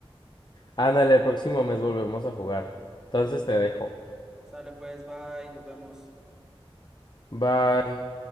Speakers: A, on the left; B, in the centre.
A: Ándale, el próximo mes volvemos a jugar. Entonces te dejo.
B: Sale pues, bye, nos vemos.
A: Bye.